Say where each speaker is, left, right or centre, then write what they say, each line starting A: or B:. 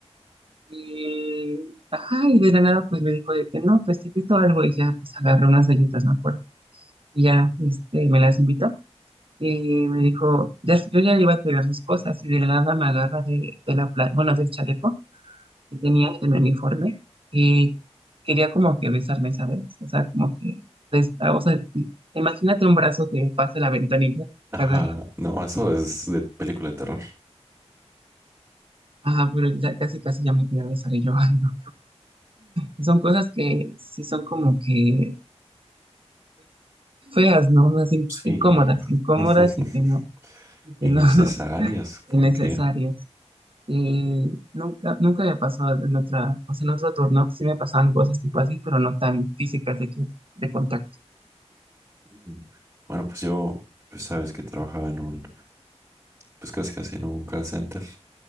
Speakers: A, on the right; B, on the right.
A: y, ajá, y de la nada pues me dijo de que no, pues te invito a algo y ya pues agarré unas galletas, me acuerdo. Y ya, este, me las invitó y me dijo, ya, yo ya iba a pegar sus cosas y de la nada me agarra de, de la, pla- bueno, del chaleco que tenía y de mi uniforme y quería como que besarme, ¿sabes? O sea, como que, des- o sea, imagínate un brazo que pase la ventanilla.
B: Ajá.
A: te agarra.
B: No, eso es de película de terror.
A: Ajá, pero ya casi casi ya me quería besar y yo, <laughs> ay, no. Y son cosas que sí son como que feas, ¿no? Unas inc-
B: Sí.
A: incómodas, incómodas
B: <laughs>
A: y que no, y que
B: Innecesarias.
A: no, <laughs> innecesarias.
B: ¿Por qué?
A: Eh, nunca, nunca me pasó en otra, o sea, en otro turno sí me pasaban cosas tipo así, pero no tan físicas de, que- de contacto.
B: Mm. Bueno, pues yo, pues sabes que trabajaba en un, pues casi casi en un call center,